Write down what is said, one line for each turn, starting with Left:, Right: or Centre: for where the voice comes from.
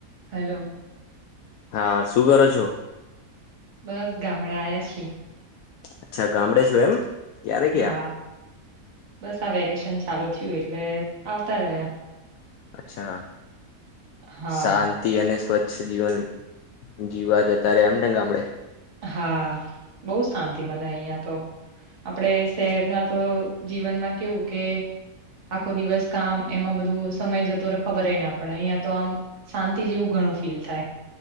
Right: Hello
Left: હા શું કરો છો
Right: બસ ગામડે આવ્યા છીએ
Left: અચ્છા ગામડે છું એમ ક્યારે કયા
Right: હા બસ આ વેકેશન ચાલુ થયું એટલે આવતા રહ્યા
Left: અચ્છા
Right: હા
Left: શાંતિ અને સ્વચ્છ જીવન જીવા જતા ર એમ ને ગામડે
Right: હા બહુ શાંતિ મલા અહિયાં તો આપડે શહેરના તો જીવનમાં કેવું કે આખો દિવસ કામ એમાં બધું સમય જતો ખબર ના પડે અહિયાં તો આમ શાંતિ જેવું ગ ઘણો ફીલ થાય